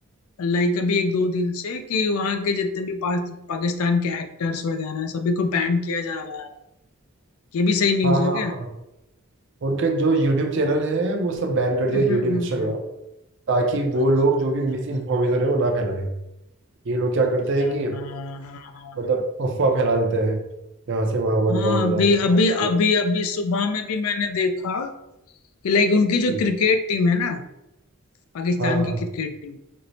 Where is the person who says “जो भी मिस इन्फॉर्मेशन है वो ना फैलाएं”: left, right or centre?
Right